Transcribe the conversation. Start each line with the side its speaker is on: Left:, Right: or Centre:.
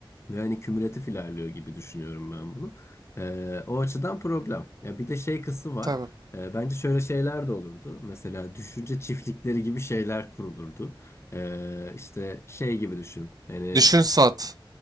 Left: Ve hani kümülatif ilerliyor gibi düşünüyorum ben bunu. Ee, o açıdan problem. Ya bir de şey kısmı var.
Right: Tabii.
Left: Ee, bence şöyle şeyler de olurdu. Mesela düşünce çiftlikleri gibi şeyler kurulurdu. Ee, işte şey gibi düşün. Hani
Right: Düşün sat.